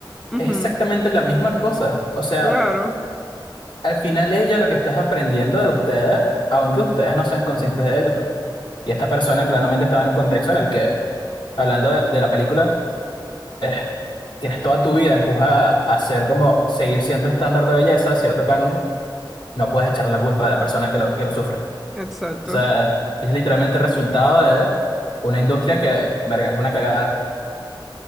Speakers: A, in the centre; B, on the left (about 70°).
A: ujú,
B: es exactamente la misma cosa. O sea,
A: claro,
B: al final ella lo que está es aprendiendo de ustedes, aunque ustedes no sean conscientes de ello. Y esta persona claramente estaba en un contexto en el que, hablando de, de la película, eh, tienes toda tu vida, empuja a ser como seguir cierto estándar de belleza, cierto canon, no puedes echar la culpa de la persona que lo, que lo sufre.
A: exacto.
B: O sea, es literalmente resultado de una industria que, verga, es una cagada.